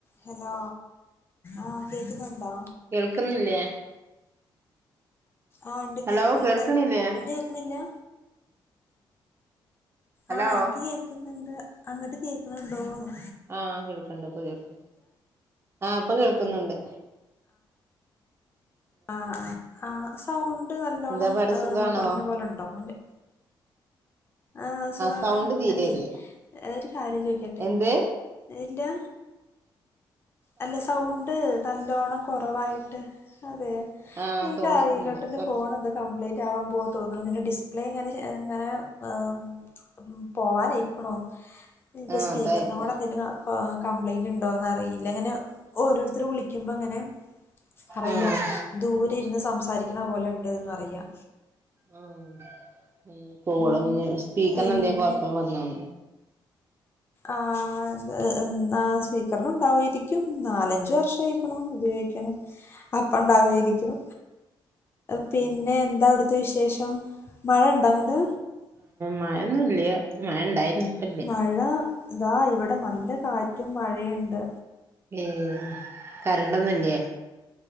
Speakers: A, on the left; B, on the right.
A: ഹലോ ആഹ് കേക്കുന്നുണ്ടോ
B: കേൾക്ക്ന്നില്ലേ
A: ആഹ് ഇണ്ട്
B: ഹലോ
A: കേക്ക്ണ്
B: കേൾക്കണില്ലേ
A: ണ്ട് അങ്ങട്ട് കേക്ക്ന്നില്ലാ
B: ഹലോ
A: ആഹ് എൻക്ക് കേക്ക്ന്നുണ്ട് അങ്ങട്ട് കേക്ക്ണ് ണ്ടോന്ന്
B: ആഹ് കേൾക്ക്ണ്ട് ഇപ്പ കേൾക്ക് ആഹ് ഇപ്പ കേൾക്ക്ന്ന്ണ്ട്
A: ആഹ് ആഹ് ആഹ് സൗണ്ട് നല്ലോണ്ണം
B: എന്താ പാട്
A: ഏ്
B: സുഖാണോ
A: കൊറഞ്ഞ പോലെ ഒണ്ടോ എന്റെ ആഹ് സുഖാണ്
B: സൗണ്ട് തീരെയില്ല
A: അല്ലെയ് എ്ഹ് ഒരു കാര്യം ചോയ്ക്കട്ടെ
B: എന്ത്
A: ഇന്റൊ അല്ല സൗണ്ട് നൽ നല്ലോണം കൊറവായിട്ട് അതെ
B: ആഹ്
A: എനിക്ക്
B: തോണിക്കുണ്ട്
A: അറീല്ലട്ടോ എന്റെ
B: കൊറച്ച്
A: ഫോണ് എന്തക് കംപ്ലയ്റ്റ് ആവാൻ പോവാ തോന്ന്ണ് ഇതിന്റെ ഡിസ്പ്ലേ ഇങ്ങനെ ശേ എങ്ങനെ ആം പോവാനയിക്കുണു ഇപ്പ
B: ആഹ്
A: സ്പീക്കറിനോള്
B: അതായിരിക്കും
A: എന്തേലും കാ ആഹ് കംപ്ലയ്ന്റ് ഇണ്ടോന്ന് അറിയില്ല ഇങ്ങനെ ഓരോര്ത്തര് വിളിക്കുമ്പോ അങ്ങനെ അറിയാ
B: ആഹ്
A: ദൂരെ ഇര്ന്ന് സംസാരിക്ക്ണ പോലെ ഇണ്ട്ന്ന് അറിയാ
B: ആഹ് ഉം കോള്ഞ്ഞീ
A: ഉം
B: സ്പീക്കർനെന്തേം
A: പിന്നെ
B: കൊഴപ്പം വന്നോന്ന്
A: ആന്ത് എൻ ആഹ് സ്പീക്കർനും ഇണ്ടാവോയിരിക്കും നാലഞ്ച് വർഷായിക്ക്ണു ഉപയോഗിക്ക്ണ് അപ്പ
B: ഉം
A: ഇണ്ടാവാേയിരിക്കും പിന്നെ
B: ആഹ്
A: എന്താ അവ്ട്ത്തെ വിശേഷം മഴ ഇണ്ടോ അങ്ങട്
B: മഴ ഒന്നും ഇല്ല്യാ മഴ ഇണ്ടായിരുന്നു ഇപ്പല്ല
A: മഴ ഇതാ ഇവടെ നല്ല കാറ്റും മഴയ്ണ്ട്
B: ഏഹ് കരണ്ടൊന്നും ഇല്ലേ